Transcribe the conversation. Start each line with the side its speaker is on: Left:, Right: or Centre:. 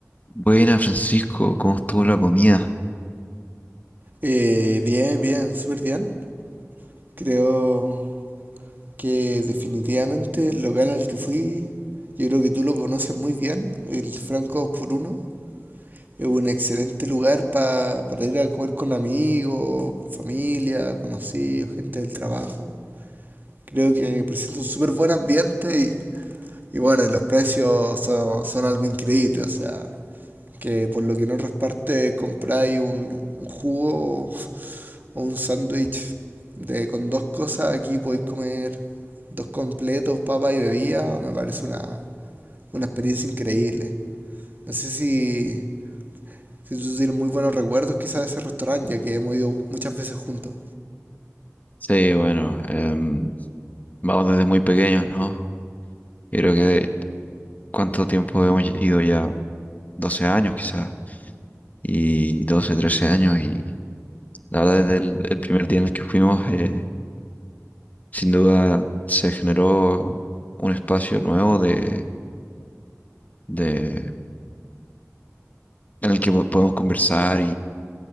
Left: Buena, Francisco, ¿cómo estuvo la comida?
Right: Eh, bien, bien, súper bien. Creo que definitivamente el local al que fui, yo creo que tú lo conoces muy bien, el Franco 2 por uno, Es un excelente lugar pa- para ir a comer con amigos, con familia, conocidos, gente del trabajo. Creo que presenta un súper buen ambiente y, y bueno, y los precios son, son algo increíble, o sea, que por lo que en otras partes compráis un, un jugo o, un sándwich de con dos cosas, aquí podéis comer dos completos, papas y bebida, me parece una, una experiencia increíble. No sé si, si tú tienes muy buenos recuerdos quizás de ese restaurante, ya que hemos ido muchas veces juntos.
Left: Sí, bueno, em, vamos desde muy pequeños, ¿no? Yo creo que de- cuánto tiempo hemos ido ya, 12 años quizás, y 12 13 años, y la verdad desde el, el primer día en el que fuimos, eh, sin duda se generó un espacio nuevo de, de, en el que po- podemos conversar